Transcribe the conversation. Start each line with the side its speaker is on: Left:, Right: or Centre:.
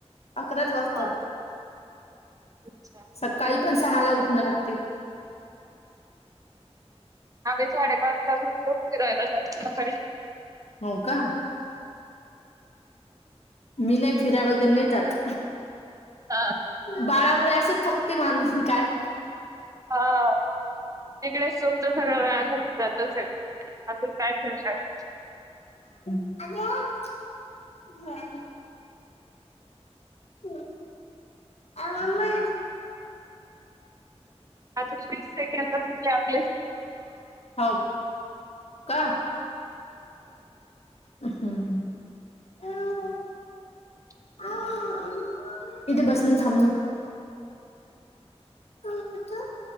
Left: अकराच वाजतात
Right: हां अच्छा.
Left: सकाळी पण सहाला उठणं लागते.
Right: आम्ही साडेपाचलाच उठतो, फिरायला जातो, सकाळी
Left: हो, का मी नाय फिरा वगैर, नाही जात
Right: हां हां
Left: बाळामुळे असंच थकते, माणूस काय?
Right: हा तिकडेच तुमचा सगळा व्यायाम होवून जातो तसेच, अजून काय करतात?
Left: <unintelligible> <unintelligible>
Right: <unintelligible> तीस सेकंड राहिले, आपले
Left: हो का?
Right: <unintelligible>
Left: हम्म! <unintelligible>
Right: <inaudible>
Left: <unintelligible> इथ बसनं थांबनं. <unintelligible>